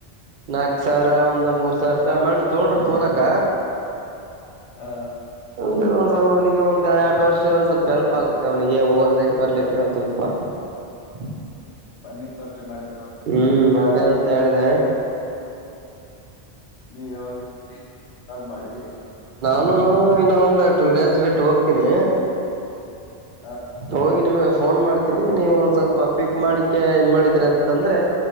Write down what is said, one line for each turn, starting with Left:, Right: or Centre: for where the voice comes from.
Right: ನಾಕ್ ಸಾವಿರ ಒಂದ ಮೂರ್ ಸಾವಿರ ರೂಪಾಯಿ ಅಮೌಂಟ್ ತೊಂಡ್ರರು ತೋಲಕ
Left: ಹಾ
Right: ಒಂದು ಒಂದ್ ಅವನಿಗೆ ಒಂದಂದು ಎರಡು ವರ್ಷ ಒಂದ್ ಸ್ವಲ್ಪ ಎಲ್ಪ್ ಆಗುತ್ತೆ ಅವನಿಗೆ ಓದ್ಲಿಕ್ಕೆ ಬರ್ಲಿಕ್ಕೆ ಒಂದ್ ಸ್ವಲ್ಪ ಹ್ಮ <inaudible>
Left: ಬನ್ನಿ ಪರ್ಚೆ ಮಾಡಿ
Right: ಹ್ಮ್ ಅದೇ ಅಂತ ಹೇಳಿದೆ
Left: ನೀ ಯಾವಾಗ ಕಾಲ್ ಮಾಡಿ
Right: ಇ ಇನ್ನ ಒಂದು ಟೂ ಡೇಸ್ ಬಿಟ್ಟ ಹೋಗ್ತೀನಿ
Left: ಹ
Right: ಹೋಗಿ ನಿಮಗೆ ಫೋನ್ ಮಾಡ್ತೀನಿ ನೀವು ಒಂದ್ ಸ್ವಲ್ಪ ಪಿಕ್ ಮಾಡಿಕ ಏನ್ ಮಾಡಿದ್ರಿ ಅಂತಂದ್ರೆ